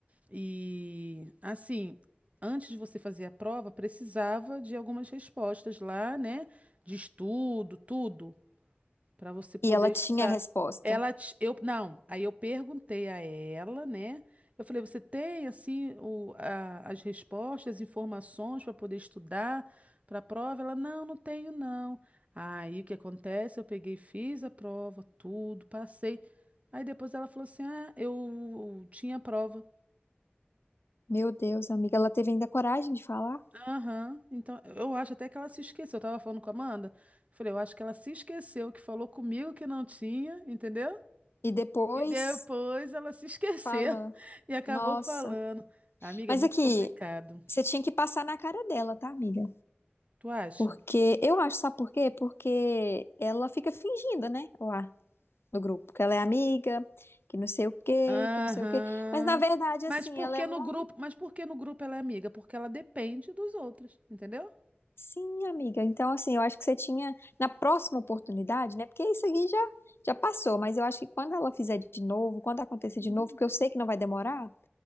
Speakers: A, on the right (about 35°); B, on the left (about 75°).
A: E assim, antes de você fazer a prova, precisava de algumas respostas lá, né? De estudo, tudo, para você poder
B: E ela
A: estudar.
B: tinha a resposta.
A: Ela, te- eu, não, aí eu perguntei a ela, né? Eu falei, você tem assim o, a- as respostas, as informações para poder estudar para a prova? Ela, não, não tenho, não. Aí o que acontece? Eu peguei, fiz a prova, tudo, passei. Aí depois ela falou assim: Ah, eu tinha prova.
B: Meu Deus, amiga, ela teve ainda coragem de falar.
A: Aham, Então, eu acho até que ela se esqueceu. Eu tava falando com a Amanda. Eu Falei, eu acho que ela se esqueceu que falou comigo que não tinha, entendeu?
B: E depois
A: E depois ela se esqueceu
B: fala,
A: <laughs> e acabou
B: nossa.
A: falando. Amiga,
B: Mas
A: é muito
B: aqui,
A: complicado.
B: você tinha que passar na cara dela, tá, amiga?
A: Tu acha?
B: Porque eu acho, sabe por quê? Porque ela fica fingindo, né, lá no grupo, que ela é amiga, que não sei o quê,
A: Aham.
B: que não sei o quê. Mas na verdade, assim,
A: Mas por
B: ela
A: que
B: é uma
A: no grupo? Mas por que no grupo ela é amiga? Porque ela depende dos outros, entendeu?
B: Sim, amiga. Então, assim, eu acho que você tinha, na próxima oportunidade, né? Porque isso aqui já, já passou, mas eu acho que quando ela fizer de novo, quando acontecer
A: Hum,
B: de novo, que eu sei que não vai demorar,